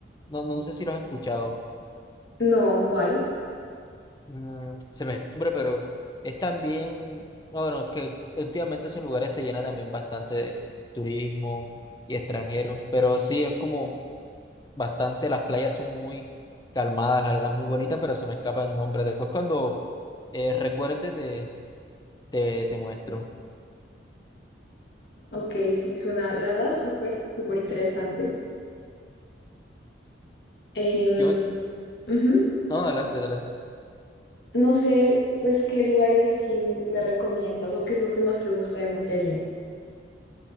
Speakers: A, on the left; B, on the left.
A: No, no sé si lo has escuchado.
B: No, ¿cuál?
A: Mm, se me nombre, pero es también, no, bueno, que últimamente esos lugares se llenan también bastante de turismo y extranjeros, pero sí es como bastante, las playas son muy calmadas, la arena es muy bonita, pero se me escapa el nombre. Después cuando eh, recuerde te, te, te muestro.
B: Ok, sí, suena, la verdad, súper, súper interesante. Em,
A: Yo,
B: ujú,
A: no, adelante, adelante.
B: No sé, pues, qué lugares así me recomiendas o qué es lo que más te gusta de Montería.